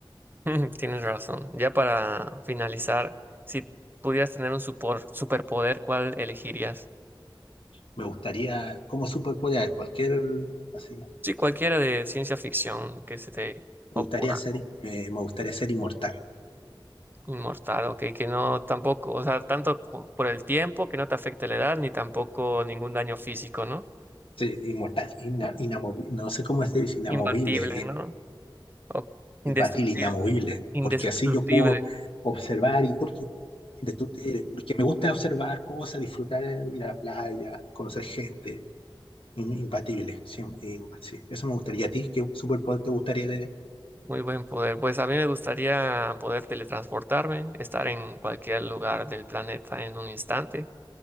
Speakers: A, on the right (about 20°); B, on the left (about 80°).
A: <laughs> Tienes razón. Ya para finalizar, si pudieras tener un supor- superpoder, ¿cuál elegirías?
B: Me gustaría, como superpoder, cualquier, así, me
A: Sí, cualquiera de ciencia ficción que se te ocurra.
B: gustaría ser, eh, me gustaría ser inmortal.
A: Inmortal, ok, que no tampoco, o sea, tanto po- por el tiempo, que no te afecte la edad, ni tampoco ningún daño físico, ¿no?
B: Sí, inmortal, ina- inamovi- no sé cómo se dice, inamovible,
A: Imbatible, ¿no?
B: eh,
A: O indestructible,
B: imbatible, inamovible,
A: in- indestructible,
B: porque así yo puedo observar y porque, de tu- porque me gusta observar cosas, disfrutar, ir a la playa, conocer gente in- Impatible, sí, im- sí. Eso me gustaría. ¿A ti qué superpoder te gustaría tener?
A: muy buen poder. Pues a mí me gustaría poder teletransportarme, estar en cualquier lugar del planeta en un instante,